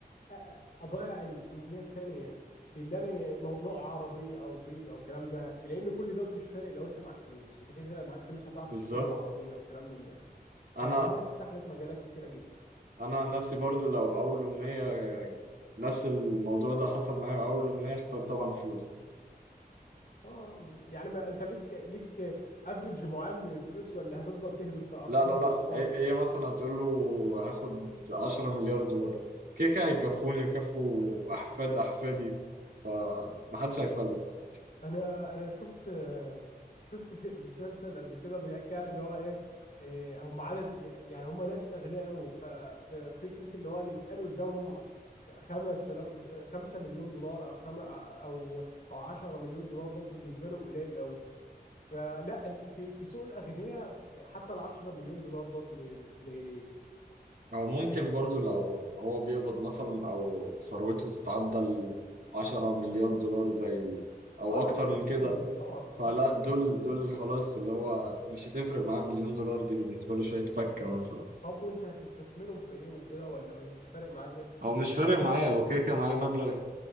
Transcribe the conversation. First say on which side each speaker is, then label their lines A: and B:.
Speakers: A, on the left; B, on the right.
A: أ- أ- اضيع الامنيه التانيه في اللي انا مو- نوع عربيه او بيت او الكلام ده لان كل دوت مش فارق لو انت معاك فلوس انت كده كده معاك فلوس
B: <laughs>
A: هتعرف
B: بالظبط
A: تشتري العربيه او كلام من ده
B: انا
A: فالعربيه هتفتح لك مجالات كتيره جدا
B: انا عن نفسي برضو لو اول امنية نفس الموضوع ده حصل معايا اول امنية اختار طبعا فلوس
A: اه يعني ما انت ليك ليك افريج معين من الفلوس ولا هتفضل تهبط في ارقام
B: لا لا لا
A: واصفار
B: هي هي مثلا هتقول له هاخد 10 مليار دولار كده كده هيكفوني ويكفوا أحفاد أحفادي فمحدش هيفلس
A: انا انا شفت شفت في مسلسل قبل كده بيحكي عن اللي هو ايه إيه، هم عدد يعني هم ناس اغنياء قوي ففكره اللي هو اللي يتقال قدامهم 5000 5 مليون دولار او خم او او 10 مليون دولار ده بالنسبه لهم قليل قوي فلا في في سوق الاغنياء حتى ال 10 مليون دولار دوت م- قليلين
B: أو ممكن برضو لو هو بيقبض مثلا أو ثروته تتعدى ال 10 مليار دولار زي أو
A: اه انت
B: أكتر
A: بتتكلم
B: من كده
A: في المليار
B: فلا
A: اه انت بتتكلم
B: دول
A: في المليار
B: دول خلاص اللي هو مش هتفرق معاه مليون دولار دي بالنسبة له شوية فكة
A: اه
B: مثلا
A: طب وانت هتستثمرهم في ايه وكده ولا مش مش فارق معاك بقى تستثمر
B: أو مش
A: انت
B: فارق
A: كده
B: معايا هو كده كده معايا مبلغ